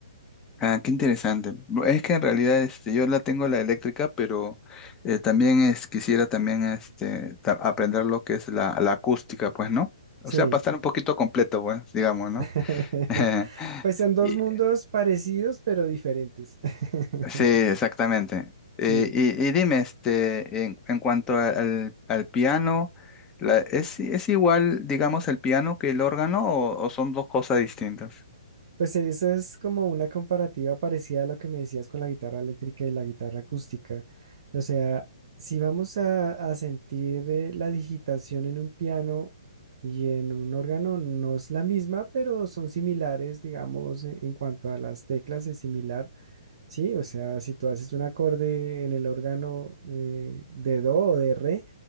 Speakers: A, on the left (about 15°); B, on the right (about 50°).
A: Ah, qué interesante. Bu- Es que en realidad este, yo la tengo la eléctrica, pero eh, también es, quisiera también este, ta- aprender lo que es la, la acústica, pues, ¿no?
B: Sí,
A: O sea, para estar un poquito completo, pues, digamos, ¿no?
B: <laughs>
A: <laughs>
B: pues son dos
A: Y-
B: mundos parecidos pero diferentes. <laughs>
A: sí, exactamente.
B: Sí.
A: Eh, y, y dime, este, en, en cuanto a- al, al piano, la- ¿es, es igual, digamos, el piano que el órgano o o son dos cosas distintas?
B: Pues eso es como una comparativa parecida a lo que me decías con la guitarra eléctrica y la guitarra acústica. O sea, si vamos a, a sentir eh, la digitación en un piano y en un órgano, no es la misma, pero son similares, digamos, e- en cuanto a las teclas es similar, ¿sí? O sea, si tú haces un acorde en el órgano eh, de do o de re,